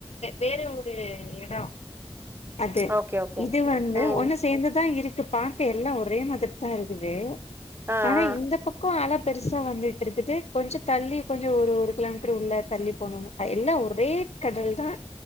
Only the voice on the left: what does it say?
வேற ஒரு ஆ அது
இது வந்து
ஒண்ணு சேந்துதான் இருக் இ பாக்க எல்லா ஒரே மதிர தா இருக்குது
ஆனா இந்த பக்கம் அல பெருசா வந்துட்ருக்குது கொஞ்ச தள்ளி கொஞ்ச ஒரு ஒரு கிலோமீட்டர் உள்ள தள்ளி போனண எல்லா ஒரே கடல் தா